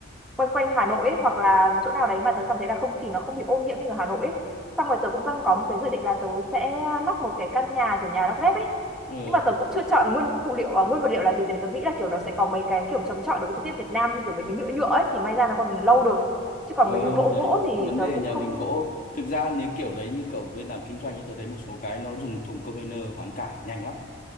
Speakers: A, in the centre; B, on the left (about 45°).
A: quanh quanh Hà Nội ấy, hoặc là chỗ nào đấy mà tớ cảm thấy là không khí nó không bị ô nhiễm như ở Hà Nội ấy. Xong rồi tớ cũng đang có một cái dự định là tớ sẽ lắp một cái căn nhà kiểu nhà lắp ghép ấy.
B: ừ
A: Nhưng mà tớ cũng chưa chọn nguyên phụ liệu à, nguyên vật liệu là gì tại vì tớ nghĩ là kiểu nó sẽ có mấy cái kiểu chống chọi đối với thời tiết Việt Nam như kiểu mấy cái nhựa nhựa ấy thì may ra nó còn lâu được. Chứ còn
B: ừ
A: mấy cái gỗ
B: đấy
A: gỗ thì
B: vấn
A: tớ
B: đề
A: cũng
B: nhà
A: không
B: mình gỗ thực ra nếu kiểu đấy như cậu bên làm kinh doanh ấy tôi thấy một số cái nó dùng thùng container hoán cải nhanh lắm